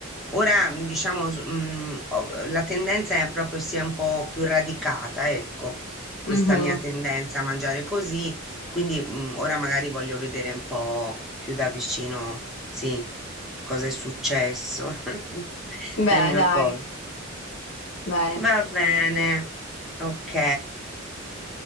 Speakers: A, in the centre; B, on the left.
A: ora mm, diciamo s- mm, ho- la tendenza è proprio sia un po' più radicata, ecco, questa
B: mhm.
A: mia tendenza a mangiare così, quindi mm, ora magari voglio vedere un po' più da vicino, sì, cosa è successo <laughs>
B: Beh,
A: nel mio
B: dai,
A: corpo.
B: bene,
A: Va bene, ok.